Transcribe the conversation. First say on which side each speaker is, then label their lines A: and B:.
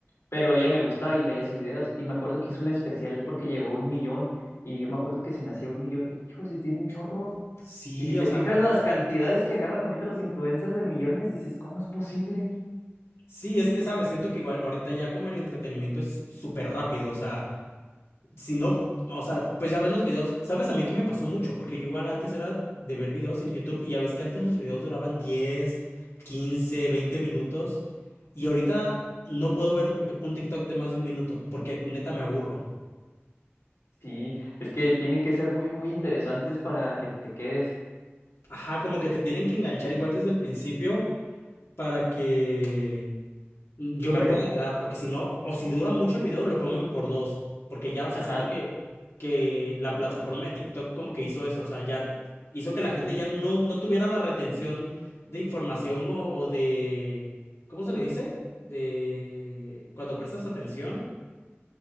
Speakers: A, on the left; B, on the left.
A: pero ella me gustaba y veía sus videos y me acuerdo que hizo un especial porque llegó a un millón y yo me acuerdo que se me hacía un millón, hijo, si tiene un chorro.
B: Sí,
A: Y si te
B: o sea,
A: fijas las cantidades que agarran ahorita los influencers de millones, dices, ¿cómo es posible?
B: sí, es que sabes, siento que igual ahorita ya como el entretenimiento es súper rápido, o sea, si no, o sea, pues ya ves los videos, sabes a mí que me pasó mucho, porque yo igual antes era de ver videos en YouTube y ya ves que antes los videos duraban diez quince veinte minutos y ahorita
A: Ah,
B: no puedo ver un, un TikTok de más de un minuto, porque neta me aburro.
A: sí, es que tienen que ser muy muy interesantes para que te quedes,
B: Ajá, como que te tienen que enganchar igual desde el principio para que mm, yo
A: para
B: me pueda
A: que,
B: quedar, porque si no, o si dura mucho el video, lo pongo en por dos, porque ya, o sea,
A: ajá.
B: siento que, que la plataforma de TikTok como que hizo eso, o sea, ya hizo que la gente ya no, no tuviera la retención de información o, o de, ¿cómo se le dice? De cuando prestas atención,